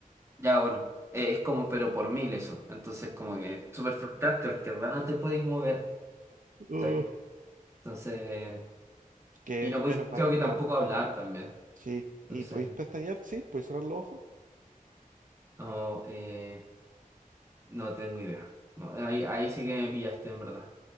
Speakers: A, on the right (about 20°); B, on the right (about 65°).
A: Ya, bueno, eh, es como pero por mil eso. Entonces, como que es súper frustrante porque en verdad no te podéis mover.
B: Uh,
A: ¿cachai? Entonces,
B: que
A: y no podéis,
B: menos mal,
A: creo que tampoco
B: menos.
A: hablar también.
B: Sí.
A: Entonces,
B: ¿Y podéis pestañear? Sí, podéis cerrar los ojos.
A: no, eh, no tengo idea. No, ahí, ahí sí que me pillaste en verdad.